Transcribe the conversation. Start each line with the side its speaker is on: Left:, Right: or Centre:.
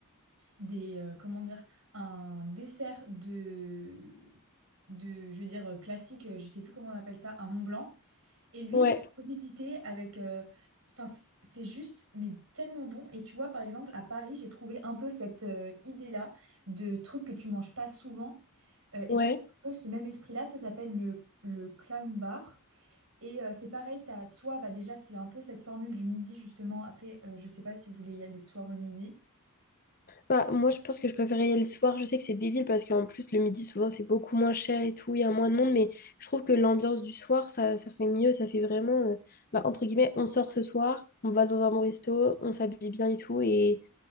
Right: des euh, comment dire un dessert de de je veux dire euh, classique euh, je sais plus comment on appelle ça un Mont Blanc et lui
Left: ouais,
Right: il va le revisiter avec euh, c- enfin c- c'est juste mais tellement bon et tu vois par exemple à Paris j'ai trouvé un peu cette idée là de trucs que tu manges pas souvent euh, et
Left: ouais.
Right: ça fait un peu ce même esprit là ça s'appelle le le clown bar Et euh, c'est pareil, t'as soit, bah déjà c'est un peu cette formule du midi justement, après euh, je sais pas si vous voulez y aller le soir ou le midi,
Left: Bah, moi, je pense que je préférais y aller le soir. Je sais que c'est débile parce qu'en plus, le midi, souvent, c'est beaucoup moins cher et tout. Il y a moins de monde, mais je trouve que l'ambiance du soir, ça, ça fait mieux. Ça fait vraiment, euh, bah, entre guillemets, on sort ce soir, on va dans un bon resto, on s'habille bien et tout. Et